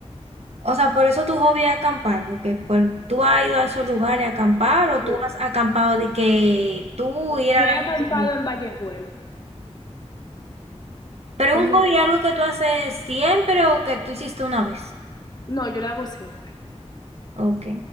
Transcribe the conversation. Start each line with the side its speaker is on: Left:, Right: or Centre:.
Right: O sea, por eso tu hobby es acampar, porque por, tú has ido a esos lugares a acampar o
Left: Sí.
Right: tú has acampado de que tú ir
Left: Yo
Right: a la
Left: he acampado
Right: montaña.
Left: en Vallejuelo.
Right: Pero
Left: Es
Right: un
Left: muy
Right: hobby
Left: lindo.
Right: algo que tú haces siempre o que tú hiciste una vez.
Left: No, yo lo hago siempre.
Right: Ok.